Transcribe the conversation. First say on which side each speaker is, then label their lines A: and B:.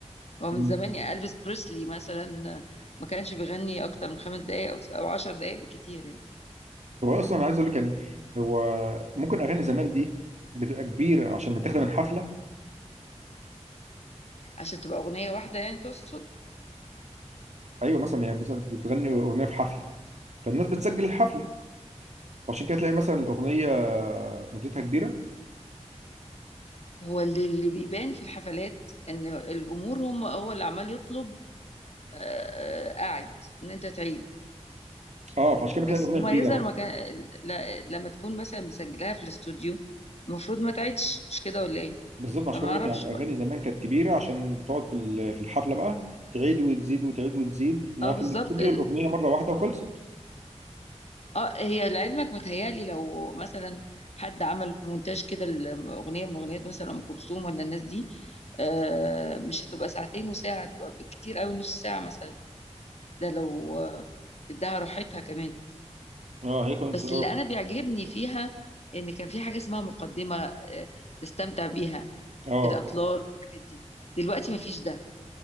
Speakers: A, on the left; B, on the right.
A: هو
B: مم.
A: من زمان يا الفيس بريسلي مثلا ما كانش بيغني اكتر من خمس دقائق او او عشر دقائق بكتير يعني
B: هو اصلا عايز اقول لك يعني هو ممكن اغاني زمان دي بتبقى كبيره عشان متاخده من حفله
A: عشان تبقى اغنيه واحده يعني تقصد
B: ايوه مثلا يعني مثلا بتغني اغنيه في حفله فالناس بتسجل الحفله فعشان كده تلاقي مثلا الاغنيه مدتها كبيره
A: هو اللي, اللي بيبان في الحفلات ان الجمهور هم هو اللي عمال يطلب آه، آه، قاعد ان انت تعيد
B: اه فعشان كده بتلاقي
A: بس
B: الاغنيه
A: هما
B: كبيره
A: يظهر
B: بقى
A: مكان لا- لما تكون مثلا مسجلاها في الاستوديو المفروض ما تعيدش مش كده ولا ايه
B: بالظبط عشان
A: فما
B: كده بقول
A: اعرفش
B: لك يعني
A: بقى
B: اغاني زمان كانت كبيره عشان بتقعد في ال- في الحفله بقى تعيد وتزيد وتعيد وتزيد انها
A: اه بالظبط
B: في الاستوديو الاغنيه مره واحده وخلصت
A: اه هي لعلمك متهيألي لو مثلا حد عمل مونتاج كده الأغنية من أغنيات مثلا أم كلثوم ولا الناس دي آه مش هتبقى ساعتين وساعة هتبقى بالكتير قوي نص ساعة مثلا ده لو آه، اداها راحتها كمان
B: اه هي كانت
A: بس
B: بتقول
A: اللي أنا بيعجبني فيها إن كان في حاجة اسمها مقدمة آه تستمتع بيها
B: اه آه،
A: الأطلال والحاجات دي دلوقتي مفيش ده